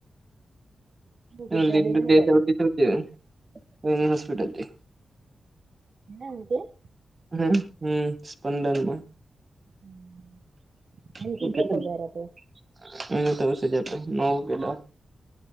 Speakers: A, on the right; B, on the right.
A: હું
B: <unintelligible>
A: કરે
B: હોસ્પિટલથી
A: <unintelligible>
B: હમ્મ-હમ્મ! સ્પંદનમાં.
A: <inaudible> એમ
B: <unintelligible>
A: કેટલો પગાર આપે